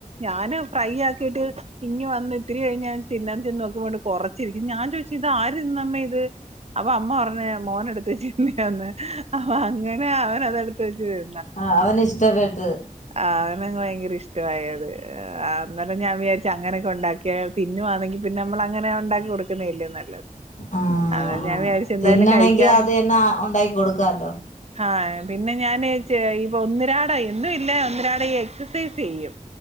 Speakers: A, on the right; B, on the left.
A: ഞാന് ഫ്രൈ ആക്കിട്ട് പിന്നെ വന്ന് ഇത്തിരി കഴിഞ്ഞ് ഞാൻ തിന്നാൻ ചെന്നോക്കുമ്പട്ട് കൊറച്ചിരിക്കും ഞാൻ ചോയ്ച്ച് ഇത് ആര് തിന്നമ്മേ ഇത് അപ്പൊ അമ്മ പറഞ്ഞു മോന് എടുത്ത് കഴിച്ചാ <unintelligible> ന്ന് അപ്പൊ അങ്ങനെ അവൻ അത് എടുത്ത് വെച്ച് കയ്
B: ആഹ് അവന് ഇഷ്ടപ്പെട്ട്
A: ആഹ് അവനങ് ഭയങ്കര ഇഷ്ടമായത് അന്നേരം ഞാൻ വിചാരിച്ചു അങ്ങനെയൊക്കെ ഉണ്ടാക്കിയ തിന്നുവാണെങ്കി പിന്നെ നമ്മള് അങ്ങനെ ഉണ്ടാക്കി കൊടുക്കുന്നല്ലേ നല്ലത്
B: ആഹ്
A: അതാ ഞാൻ
B: ആഹ്
A: വിചാരിച്ചു എന്തായാലും
B: തിന്നാണെങ്കി
A: കഴിക്കാൻ
B: അതെന്നെ ഉണ്ടാക്കി കൊടുക്കാല്ലോ
A: ആഹ് പിന്നെ ഞാന് ചെ ഇപ്പൊ ഒന്നിരാട എന്നും ഇല്ല ഒന്നരാട എക്സസൈസ് ചെയ്യും